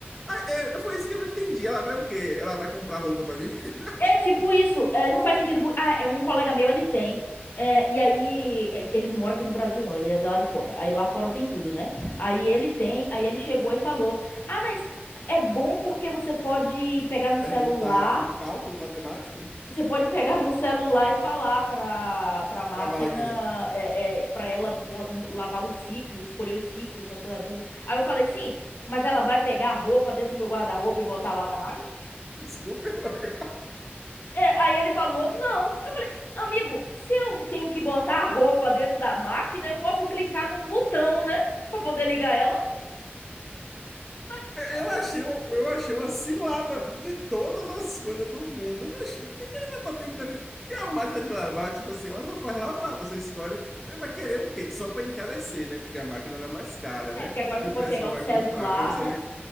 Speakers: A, in the centre; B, on the left.
A: Ah, é, é, foi isso que eu não entendi. Ela vai o quê? Ela vai comprar roupa pra gente? <laughs>
B: É tipo isso, é, não faz sentido. por- Ah, é um colega meu, ele tem. é, e aí, é, ele não mora aqui no Brasil, não, ele é de lá de fora. Aí lá fora tem tudo, né? Aí ele tem, aí ele chegou e falou: Ah, mas é bom porque você pode pegar no
A: Perguntar
B: celular.
A: um cálculo matemático
B: Você pode pegar no celular e falar para para a máquina,
A: pra máquina?
B: é, para ela bo- lavar os ciclos, escolher os ciclos, essas coisas tudo. Aí eu falei, sim, mas ela vai pegar a roupa dentro do meu guarda-roupa e botar lá na máquina?
A: Desculpa, <laughs>
B: É, aí ele falou, não. Eu falei, amigo, se eu tenho que botar a roupa dentro da máquina, eu posso clicar num botão, né? Para poder ligar ela. Mas- mas-
A: Eu achei,
B: isso-
A: uma- eu achei uma cilada de todas as coisas do mundo. Mas o que, que ele vai botar em inteligência? Porque a máquina de lavar, tipo assim, ela só faz lavar. Você escolhe. Ele vai querer o quê? Só para encarecer, né? Porque a máquina era mais cara,
B: É,
A: né?
B: porque agora
A: E
B: você
A: o
B: pode
A: pessoal
B: pegar o
A: vai
B: celular,
A: comprar. Eu quero saber
B: né?